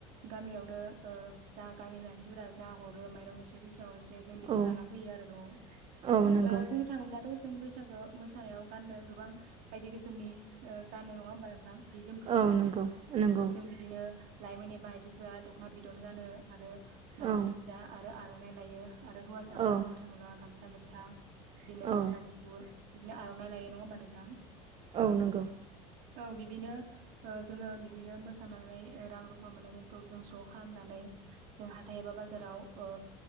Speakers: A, on the right; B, on the right.
A: गामियावनो ओ जा गामिनि मानसिफोरा जा हरो माइरं एसे फैसा जे जों बेखौ
B: औ
A: लाना फैयो आरो नआव ओ
B: औ नंगौ
A: बुंनो थाङोब्लाथ जों बैसागो मोसानायाव गाननो गोबां बायदि रोखोमनि ओ गानो नङा होमबा नोंथां? जि जोमखौ
B: औ नंगौ नंगौ
A: जों बिदिनो लाइमोन एबा आइजोफोरा दखना बिदन गानो आरो ब्लाउस
B: औ
A: गोजा आरो आरनाइ लायो आरो हौवासाफोरा
B: औ
A: बुंनो थाङोब्ला गामसा गोथां बिदिनो
B: औ
A: गस्ला गुफुर बिदिनो आरनाइ लायो नङा होमबा नोंथां
B: औ नंगौ
A: औ बिदिनो ओ जोङो बिदिनो मोसानानै रां रुफा मोननायफोरखौ जों ज खालामनानै जों हाथाय एबा बाजाराव ओ